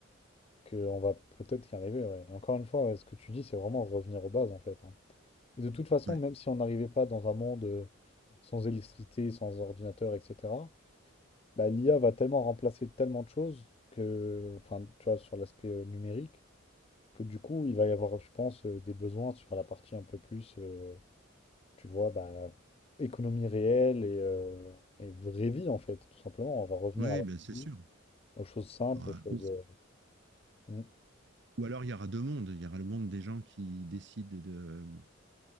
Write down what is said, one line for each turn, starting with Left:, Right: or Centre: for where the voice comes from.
Left: que on va peut-être y arriver, ouais. Et encore une fois, ouais, ce que tu dis, c'est vraiment revenir aux bases, en fait. hein. Et de toute façon,
Right: ouais.
Left: même si on n'arrivait pas dans un monde euh, sans électricité, sans ordinateur, etc., Bah, l'IA va tellement remplacer tellement de choses que, enfin, tu vois, sur l'aspect euh, numérique, que du coup, il va y avoir, je pense, euh, des besoins sur la partie un peu plus, euh, tu vois, bah, économie réelle et, euh, et vraie vie, en fait, tout simplement. On va revenir
Right: Oui, oui,
Left: à la
Right: ben c'est
Left: vie,
Right: sûr.
Left: aux choses simples,
Right: Alors,
Left: aux choses.
Right: euh, ou,
Left: euh, mm.
Right: ou alors il y aura deux mondes, il y aura le monde des gens qui décident de